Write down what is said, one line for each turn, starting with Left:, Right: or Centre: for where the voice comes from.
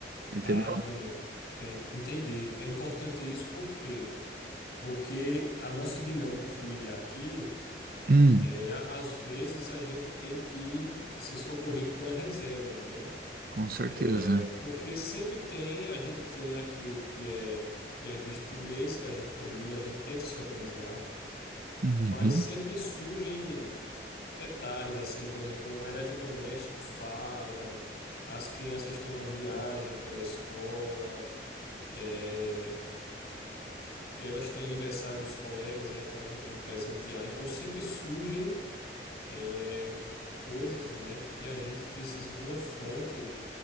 Right: Entendeu?
Left: Ah, Daniel, é, entendi. É importante isso por quê? Porque a nossa dinâmica familiar aqui,
Right: Hum,
Left: é, a- às vezes a gente tem que ser socorrido por uma reserva, entendeu?
Right: com certeza.
Left: É, porque sempre tem, a gente tem aquilo que é previsto por mês, que a gente planilha, a gente tenta se organizar,
Right: Uhum.
Left: mas sempre surgem detalhes, assim, por exemplo, um eletrodoméstico falha, as crianças têm uma viagem pela escola. é, elas têm aniversário dos colegas, e aí então a gente tem que presentear. Então sempre surgem é, coisas, né, que a gente precisa de uma fonte